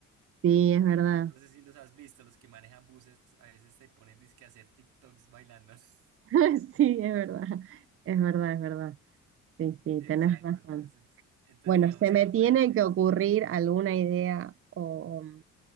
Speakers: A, on the right; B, on the right.
A: Sí, es verdad.
B: No sé si los has visto, los que manejan buses, a veces te ponen disque a hacer TikToks bailando. <laughs>
A: <laughs> Sí, es verdad. Es verdad, es verdad. Sí, sí,
B: Exacto,
A: tenés razón.
B: entonces, entonces
A: Bueno,
B: digamos
A: se me
B: que puedes
A: tiene
B: hacerlas.
A: que ocurrir alguna idea o,